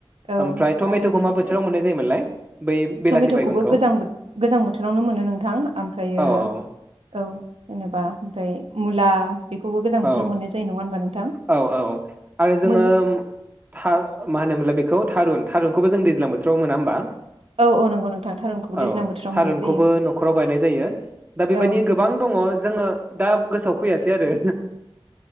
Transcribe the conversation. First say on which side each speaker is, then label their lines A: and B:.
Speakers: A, on the right (about 85°); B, on the right (about 20°).
A: औ
B: ओमफ्राय टमेटखौ
A: आरो बिनिफ्राय
B: मा बोथोराव मोननाय जायोमोनलाय? बै बेलाथि
A: टमेटखौबो
B: बायगनखौ
A: गोजां बोथ गोजां बोथोरावनो मोनो नोंथां ओमफ्रायो
B: औ औ
A: औ जेनेबा ओमफ्राय मुला बेखौबो गोजां
B: औ
A: बोथोराव मोननाय जायो नङा होनबा नोंथां
B: औ औ आरो जोङो
A: मो
B: था मा होनोमोनलाय बेखौ थारुन थारुनखौबो जों दैज्लां बोथोराव मोना होनबा।
A: औ औ नंगौ नोंथां थारुनखौबो दैज्लां
B: औ
A: बोथोराव
B: थारुनखौबो
A: मोननाय जायो
B: नखराव गायनाय जायो दा बेबायदि
A: औ
B: गोबां दङ जोङो दा गोसोआव फैयासै आरो